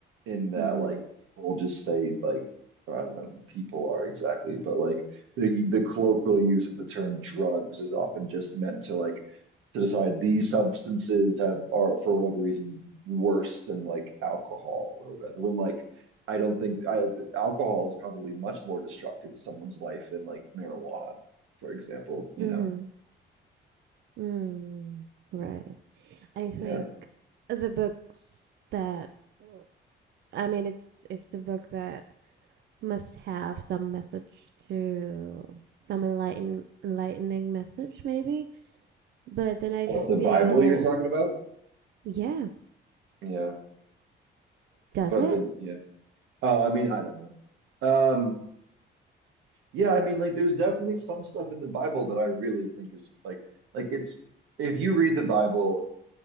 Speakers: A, on the right; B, on the right.
A: in that
B: Mm-hmm.
A: like people just say like I don't know who people are exactly, but like the the colloquial use of the term drugs is often just meant to like to decide these substances have are for whatever reason worse than like alcohol or whatever. When like I don't think I alcohol is probably much more destructive to someone's life than like marijuana, for example, you
B: Mm-hmm.
A: know.
B: Mm. Right. I think
A: Yeah.
B: the books that well, I mean it's it's a book that must have some message to some enlighten enlightening message maybe. But then I
A: What
B: feel
A: the Bible you're talking about?
B: yeah,
A: Yeah.
B: Does
A: But
B: it?
A: then yeah. Oh, I mean, I don't know. Um, yeah, I mean, like, there's definitely some stuff in the Bible that I really think is like, like it's if you read the Bible